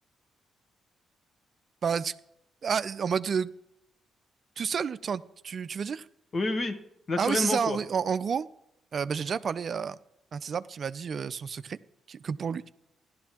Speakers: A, on the right (about 50°); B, on the left (about 50°).
A: Bah, tu- ah, en mode euh, tout seul, t'en- tu, tu veux dire?
B: Oui, oui, naturellement,
A: Ah oui, c'est ça.
B: quoi.
A: oui. En, en gros, euh, bah, j'ai déjà parlé à un de ces arbres qui m'a dit euh, son secret, qui- que pour lui.